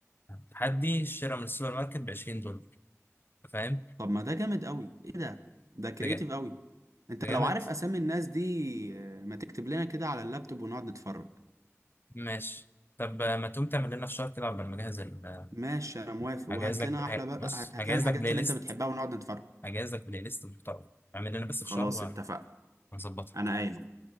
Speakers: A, on the left; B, on the right.
A: تحدي الشراء من السوبر ماركت ب 20 دولار فاهم
B: طب ما ده جامد قوي ايه ده ده كرييتيف
A: ده جامد
B: قوي انت
A: ده جامد
B: لو عارف اسامي الناس دي آه، ما تكتب لنا كده على اللابتوب ونقعد نتفرج
A: ماشي طب آه، ما تقوم تعمل لنا فشار كده قبل ما اجهز ال- آه،
B: ماشي انا موافق
A: هجهز
B: وهات
A: لك
B: لنا احلى
A: ه-
B: بقى
A: بص
B: هات هات
A: هجهز
B: لنا الحاجات
A: لك بلاي
B: اللي
A: ليست
B: انت بتحبها ونقعد نتفرج
A: هجهز لك بلاي ليست محترم اعمل لنا بس
B: خلاص
A: فشار
B: اتفقنا
A: وهنظبطها
B: انا قايم